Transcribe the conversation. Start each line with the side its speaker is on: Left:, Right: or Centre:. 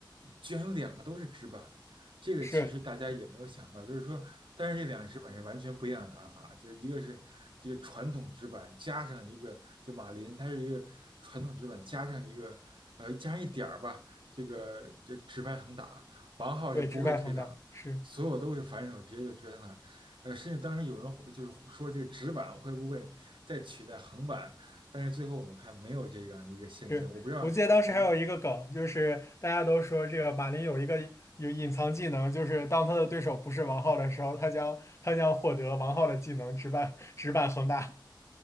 Right: 居然有两个都是纸板。这个其实大家也没有想到，
Left: 是
Right: 就是说，但是这两个纸板是完全不一样的打法，就是一个是这个传统纸板加上一个，就马林，它是一个传统纸板加上一个，呃，加上一点儿吧，这个这直拍横打，王浩是不会推挡，
Left: 对直拍横打是。
Right: 所有都是反手直接就追上他。呃，甚至当时有人会就是说这个直板会不会再取代横板，但是最后我们看没有这样一个现象。
Left: 是，
Right: 我不知道您，
Left: 我记得当时还有一个梗，就是大家都说这个马林有一个有隐藏技能，就是当他的对手不是王浩的时候，他将他将获得王浩的技能直板直板恒大。